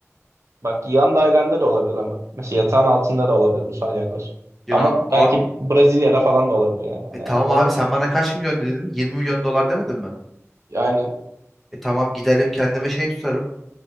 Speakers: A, on the right; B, in the centre.
A: Bak yan dairende de olabilir ama. Mesela yatağın altında da olabilir bu salyangoz.
B: Ya
A: Ama
B: abi
A: belki Brezilya'da falan da olabilir yani. Hani
B: e tamam
A: anladın
B: abi
A: mı?
B: sen bana kaç milyon dedin? yirmi milyon dolar demedin mi?
A: Aynen.
B: E tamam giderim kendime şey tutarım.